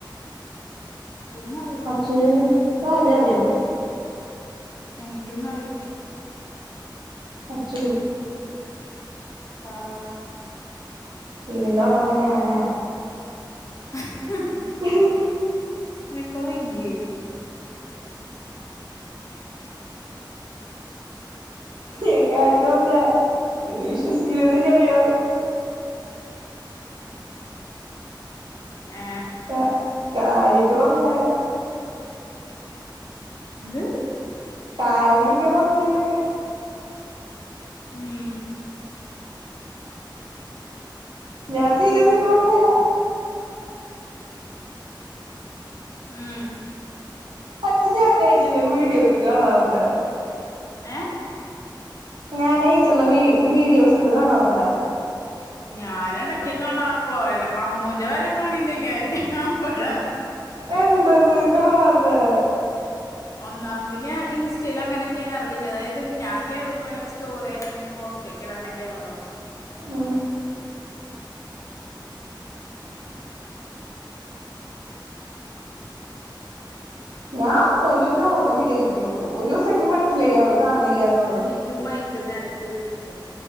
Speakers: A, on the left; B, on the right.
A: ഇതൊന്നറി
B: അച്ചുവെ ഇതാരാ അറിയോ
A: എനിക്കൊന്നും അറിയില്ല
B: അച്ചൂ
A: പറ
B: ഇതിന്റെ ഒടമ ഞാനാ
A: <unintelligible>
B: ഉഹും
A: നിനക്ക് വയ്യേ
B: ഞാൻ കാര്യാത്ത് പറഞ്ഞ ഇത് വിശ്വസിക്കൂലന്നിൻക്കറിയാം
A: ഏ
B: പ്പ കാര്യായായിട്ട് പറഞ്ഞാ
A: ന്ത്
B: കാര്യായിട്ട് പറ്ഞ്ഞത്
A: മ്
B: ഞാൻ സീര്യസായിറ്റ് പറ്ഞ്ഞ
A: മ്
B: അച്ച ഞാൻ അയച്ചന്ന വീഡിയോസ് കാണാറ്ണ്ടൊ
A: ഏ
B: ഞാനയ്ച്ചന്ന വീ വീഡിയോസുകൾ കാണാറ്ണ്ടാ
A: ഞൻ എടക്കെ കാണാറുള്ളോ എടെ അമ്മൂന്റെ വരെ കാണില്ല ഞാൻ അപ്പഴാ
B: എന്തത് കാണാത്തെ
A: ഒന്നാമത് ഞ ഇൻസ്റ്റേൽ അങ്ങനെ കേർലില്ല അതായത് ഞാൻ കേറുമ്പോല്ലോ സ്റ്റോറ്യോ അല്ലെങ്കി പോസ്റ്റ് ചിക്കിടാനേ കേറുള്ളു
B: മ് ഞാൻ അമ്മൂൻ ഒര് ലോഡ് വിഡ്യോ അയക്കും ഒരു ദിവസം എനിക്ക് മനസ്സിലായി അവള് കാണ്ന്നില്ല ന്ന്ള്ളത്
A: ക്കും മൈക്കുംന്നരത്തിര്ന്നട്ട്